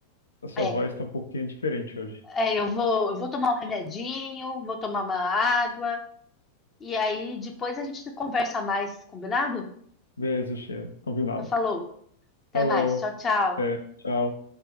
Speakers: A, on the left; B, on the left.
A: a sua
B: É,
A: voz tá um pouquinho diferente hoje.
B: é, eu vou, eu vou tomar um remedinho, vou tomar uma água, e aí depois a gente conversa mais, combinado?
A: Beleza, chefe. Combinado.
B: Já falou. Até
A: Falou.
B: mais. Tchau, tchau.
A: Até. Tchau.